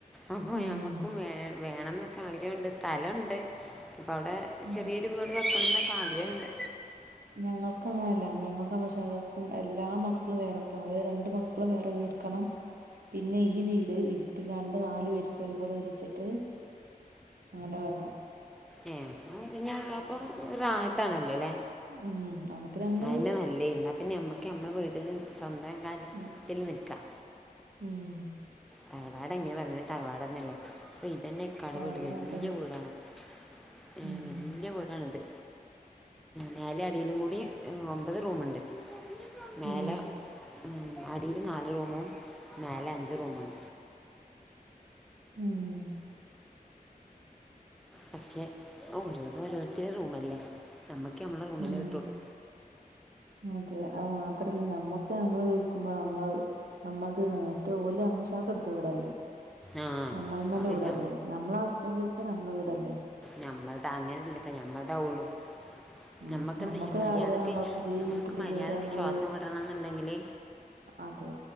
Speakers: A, in the centre; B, on the right (about 80°).
A: അപ്പോ ഞമ്മുക്കും
B: ഉം
A: വേ വേണംന്നൊക്കെ ആഗ്രഹോണ്ട് സ്ഥലോണ്ട് അപ്പോ അവടെ
B: ഉം
A: ചെറിയ ഒരുവീട് വെക്കണനൊക്കെ ആഗ്രഹണ്ട്.
B: ഞങ്ങൾക്ക്ങ്ങനെല്ല അമ്മായ്മാക്കു അമ്മോഷാകാക്കും എല്ലാ മക്കളും വേറെപ്പോണം. അത് രണ്ട് മക്കളും വേറെ വീട് ക്കണം പിന്നെ ഈ വീട് വിറ്റ്ങ്ങാണ്ട് നാലു പേർക്ക് ഒരു പോലെ ഒര്യച്ചിട്ട് അങ്ങനെ പറഞ്ഞ
A: ഏ അപ്പം പിന്നെ അപ്പം റാഹത്താണല്ലോ ല്ലേ?
B: ഉം നമുക്ക് നമ്മളെ
A: അ
B: വീട്
A: എന്നെ നല്ലേ ഇന്ന പിന്നെ ഞമ്മക്ക് നമ്മള വീട്ടല് സ്വന്തം കാര്യത്തിൽ
B: ഉം
A: നിൽക്കാം
B: ഉം
A: തറവാട് എങ്ങനെ പറഞ്ഞാലും തറവാടന്നെല്ലേ അപ്പൊ ഇതന്നെ തറവാട്
B: തറവാടായാലും
A: വല്ല്യയ വീടാണ്. ഏ
B: ഉം
A: വല്ല്യയ വീ ടാണത്. മേലെ അടിയിലും കൂടി ഒമ്പത് റൂമുണ്ട്. മേലെ.
B: ഉം
A: - അടീൽ നാല് റൂമും, മേലെ അഞ്ച് റൂമാണ്.
B: ഉം.
A: പക്ഷെ ഓരോന്ന് ഓരോരുത്തരെ റൂമല്ലെ? നമ്മക്ക് നമ്മളെ റൂമന്നെ
B: ഉം
A: കിട്ടൊള്ളൂ.
B: അതെ അവ് മാത്രല്ല നമ്മുക്ക് നമ്മള എടുക്കുമ്പോ നമ്മള് അമ്മൾത് മറ്റേ ഓല അമ്മശാക്ക് എടുത്ത വിടല്ലേ?
A: ആ
B: അമ്മയിമ്മാന്റെ
A: അത്
B: വീടല്ലേ.
A: ശാ
B: നമ്മളെ ഹസ്ബൻഡ് എടുത്താ നമ്മളെ വീടല്ലേ?
A: ഞമ്മൾതാ അങ്ങനെല്ലപ്പ ഞമ്മൾതാവൊള്ളു.
B: ഉം
A: നമുക്കന്ന്,
B: നമ്മക്കൊരു
A: മര്യാദയ്ക്ക്
B: ആഗ്രഹം ഉണ്ടാവും പുതിയ
A: നമുക്ക്
B: വീട്ടില്
A: മര്യാദക്ക്
B: കേറാ പറഞ്ഞാല്
A: ശ്വാസം വിടണം ന്നുണ്ടെങ്കില്
B: അതെ.